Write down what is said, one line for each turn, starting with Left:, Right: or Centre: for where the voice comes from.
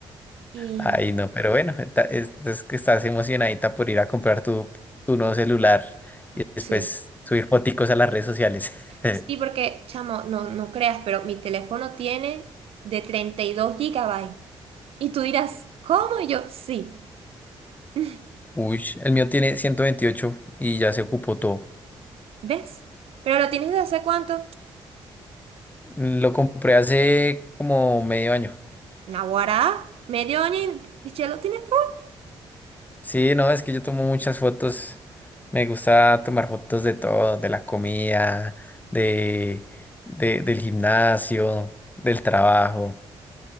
Right: Y
Left: Ay, no, pero bueno, está- es, es que estás emocionadita por ir a comprar tu, tu nuevo celular y
Right: sí,
Left: después subir foticos a las redes sociales. <laughs>
Right: sí, porque, chamo, no, no creas, pero mi teléfono tiene de 32 gigabytes. Y tú dirás, ¿cómo? Y yo, sí. <laughs>
Left: Uy, el mío tiene 128 y ya se ocupó todo.
Right: ¿Ves? Pero lo tienes desde hace cuánto?
Left: Mm, Lo compré hace como medio año.
Right: Naguará, medio año y ya lo tienes full.
Left: Sí, no, es que yo tomo muchas fotos. Me gusta tomar fotos de todo, de la comida, de, de- del gimnasio, del trabajo.